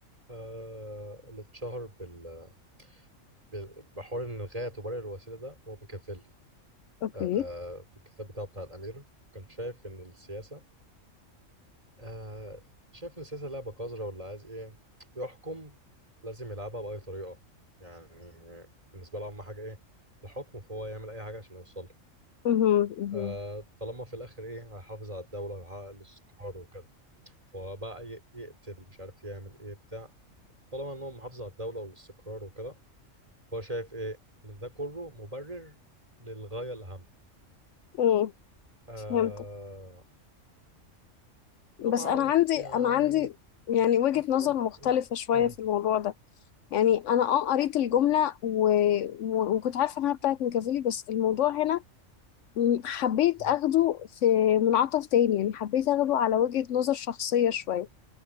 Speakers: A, on the right (about 25°); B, on the left (about 75°).
A: آه اللي اتشهر بال... بال- بحوار إن الغاية تبرر الوسيلة ده هو بيكافيلي
B: اوكي
A: آه في الكتاب بتاعه بتاع الأمير كان شايف إن السياسة آه شايف إن السياسة لعبة قذرة واللي عايز إيه يحكم لازم يلعبها بأي طريقة يعني بالنسبة له أهم حاجة إيه الحكم فهو يعمل أي حاجة عشان يوصل له.
B: مهم. مهم.
A: آه، طالما في الاخر ايه هيحافظ على الدوله ويحقق الاستقرار وكده فهو بقى ي- يقتل مش عارف يعمل ايه بتاع طالما ان هو محافظ على الدوله والاستقرار وكده فهو شايف ايه ان ده كله مبرر للغايه الاهم
B: مم.
A: آه
B: فهمت بس
A: طبعا
B: انا عندي
A: يعني
B: انا عندي يعني وجهة
A: في
B: نظر
A: ناس بتقول-
B: مختلفة شوية
A: مم.
B: في الموضوع ده يعني انا اه قريت الجملة و... و... وكنت عارفة انها بتاعت ميكافيلي بس الموضوع هنا م- حبيت
A: مم.
B: اخده في منعطف تاني يعني حبيت اخده على وجهة نظر شخصية شوية